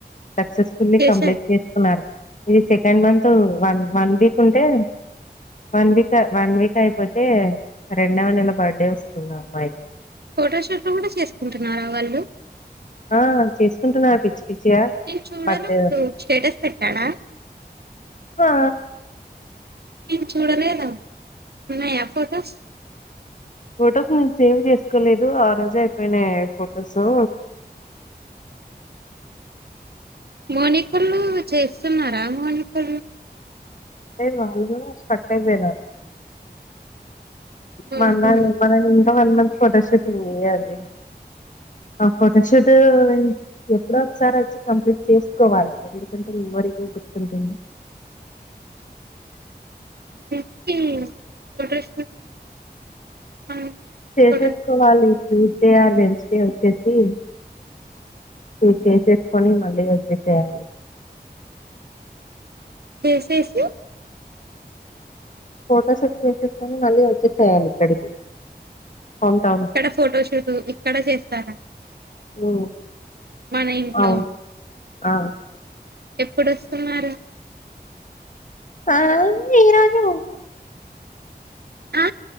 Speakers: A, on the left (about 45°); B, on the right (about 70°).
A: successfully
B: చేశారు
A: complete చేస్తుకున్నారు ఇది second month one one week ఉంటే వన్ వీక్ వన్ వీక్ అయిపోతే రెండవ నెల బర్త్డే వస్తుంది అమ్మాయి ది
B: ఫోటో షోట్ కూడా చేసుకుంట అంటున్నారా వాళ్ళు
A: ఆ చేసుకుంటున్నా పిచ్చి పిచ్చిగా
B: నేను చూడను
A: బట్
B: స్టేటస్ పెట్టడా
A: హా
B: నేను చూడలేదు ఉన్నాయా ఫొటోస్
A: ఫొటోస్ నేను సేవ్ చేసుకోలేదు ఆ రోజు అయిపోయినాయి ఫొటోసు
B: మౌనికున్ను చేస్ తిన్నారా మీరిప్పుడు
A: టే వాళ్ళు కూడా స్ట్రక్ అయిపోయినారు
B: ఓహో
A: మన్న మన ఉరి ఇంకా వన్ మంత్ ఫొటోషూట్ ఉంది కదా అది అ ఫోటోషూట్ ఎప్పుడో ఒకసారి వచ్చి కంప్లీట్ చేసుకోవాలి ఎందుకంటే మేమోరిగా గుర్తుంటుంది
B: తెచ్చి ఫోటోషూట్ మనం
A: చేసేసుకోవాలి
B: ఫోటోషూట్
A: ట్యూస్డే ఆర్ వెన్స్డే వచ్చేసి టూ చేససుకొని మళ్ళీ వచ్చేసయాలి
B: చేసేసీ
A: ఫోటోషూట్ చేసిసుకొని మళ్ళీ వచ్చి చేయాలి ఇక్కడికి హోమ్ టౌన్
B: ఇక్కడ
A: కి
B: ఫోటోషూట్ ఇక్కడ చేస్తారా
A: ఉమ్,
B: మన ఇంట్లో
A: అవును ఆ
B: ఎప్పుడొస్తున్నారు
A: అ ఈరోజు
B: ఆ